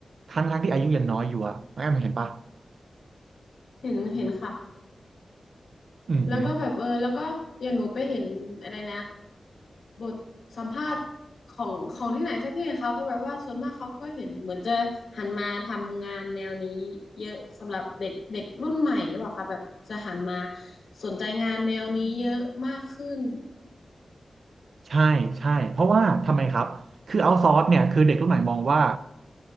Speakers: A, on the right; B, on the left.
A: ทั้งทั้งที่อายุยังน้อยอยู่อะน้องแอม่เห็นปะ
B: เห็นเห็นค่ะ
A: อือหือ
B: แล้วก็แบบเออแล้วก็อย่างหนูไปเห็นอะไรนะบทสัมภาษณ์ของของที่ไหนสักที่หนึ่งเขาก็แบบว่าส่วนมากเขาก็เห็นเหมือนจะหันมาทำงานแนวนี้เยอะสำหรับเด็กเด็กรุ่นใหม่หรือเปล่าคะแบบจะหันมาสนใจงานแนวนี้เยอะมากขึ้น
A: ใช่ใช่ เพราะว่าทำไมครับคือเอาซอร์สเนี่ยคือเด็กรุ่นใหม่มองว่า